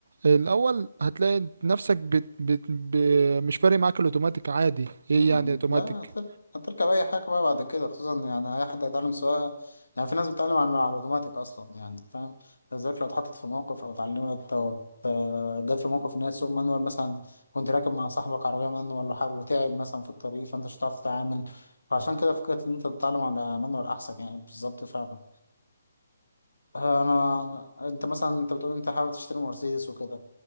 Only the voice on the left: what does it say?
مم.
لا هتر- هتركب اي حاجه بقى بعد كده خصوصا يعني اي حد هيتعلم سواقه يعني في ناس بتتعلم على على الاوتوماتيك اصلا يعني فاهم بالذات لو اتحطت في موقف او اتعلمت او ت- جت في موقف ان هي تسوق مانوال مثلا كنت راكب مع صاحبك عربيه مانوال ولا حاجه وتعب مثلا في الطريق فانت مش هتعرف تتعامل فعشان كده فكره ان انت تتعلم على مانوال احسن يعني بالظبط فعلا آه، انا انت مثلا انت بتقول انت حابب تشتري مرسيدس وكده